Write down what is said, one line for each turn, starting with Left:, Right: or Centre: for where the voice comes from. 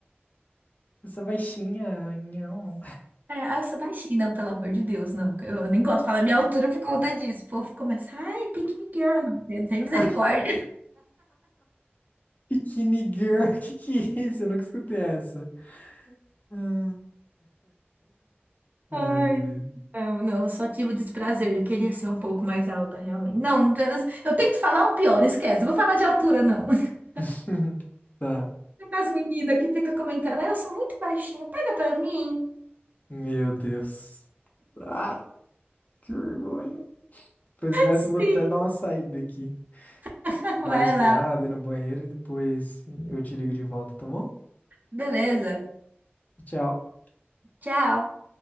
Left: essa baixinha, não.
Right: É, ah, eu sou baixinha, não, pelo amor de Deus, não. Eu nem gosto de falar minha altura por conta disso. O povo começa, ai, pick me girl, não tem não tem
Left: <laughs>
Right: misericórdia.
Left: Bikini Girl, <laughs> que que é isso? Eu nunca escutei essa. Hum. Ai,
Right: Ai,
Left: meu.
Right: não, não, eu só tive o desprazer. Eu queria ser um pouco mais alta, realmente. Não, elas- eu tento falar o pior, esquece. Não Vou falar de altura, não. <laughs>
Left: <laughs> Tá.
Right: As meninas que ficam comentando, "Ah, eu sou muito baixinha, pega pra mim.
Left: Meu Deus. Ai, que vergonha. Depois dessa,
Right: Sim,
Left: eu vou até dar uma saída aqui.
Right: <laughs>
Left: Dar
Right: vai
Left: uma respirada,
Right: lá.
Left: ir no banheiro e depois eu te ligo de volta, tá bom?
Right: Beleza.
Left: Tchau.
Right: Tchau.